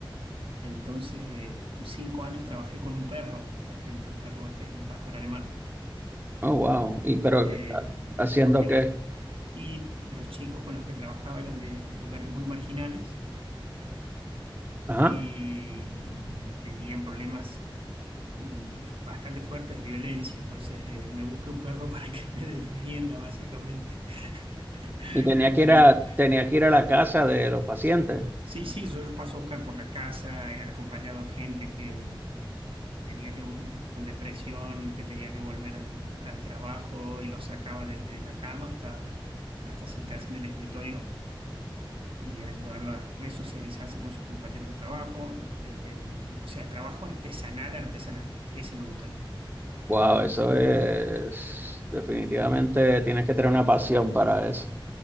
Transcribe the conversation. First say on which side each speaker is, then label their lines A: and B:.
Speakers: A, on the right; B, on the right.
A: Entonces, eh, cinco años trabajé con un perro, por ejemplo, un perro, eje- un pastor alemán.
B: Oh, wow. Y pero
A: Eh,
B: haciendo
A: porque los,
B: qué?
A: y los chicos con los que trabajaba eran de lugares muy marginales
B: Ajá.
A: y tenían problemas mm, bastante fuertes de violencia, entonces eh, me busqué un perro <laughs> para que me <laughs> defienda básicamente, <laughs>
B: Y tenía
A: para
B: que
A: que...
B: ir a tenía que ir a la casa de los pacientes.
A: Sí, sí, yo los paso a buscar por la casa, he acompañado gente que eh, tenía que, vol- con depresión, que tenía que volver al, al trabajo y los sacaba desde la cama hasta, hasta sentarse en el escritorio. y ayudarlo a resocializarse con sus compañeros de trabajo, eh, o sea, el trabajo artesanal, artesanal, ese me gusta a mí.
B: Wow, eso es definitivamente tienes que tener una pasión para eso.